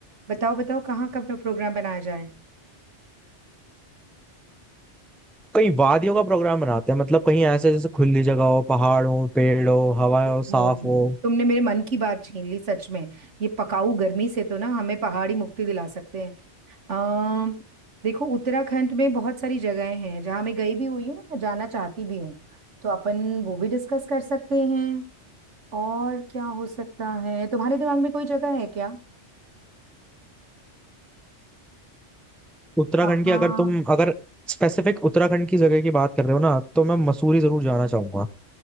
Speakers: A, on the right; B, in the centre.
A: बताओ बताओ कहाँ का प्रो- प्रोग्राम बनाया जाए
B: कहीं वादियों का प्रोग्राम बनाते हैं मतलब कहीं ऐसे जैसे खुली जगह हो पहाड़ हो पेड़ हो हवा
A: ओहो,
B: हो साफ हो
A: तुमने मेरे मन की बात छीन ली सच में ये पकाऊ गर्मी से तो ना हमें पहाड़ी मुक्ति दिला सकते हैं अम देखो उत्तराखंड में बहुत सारी जगहें हैं जहाँ मैं गई भी हुई हूँ या जाना चाहती भी हूँ तो अपन वो भी डिस्कस कर सकते हैं और क्या हो सकता है तुम्हारे दिमाग में कोई जगह है क्या
B: उत्तराखंड
A: कहाँ
B: की अगर तुम अगर स्पेसिफिक उत्तराखंड की जगह की बात कर रहे हो ना तो मैं मसूरी जरूर जाना चाहूंगा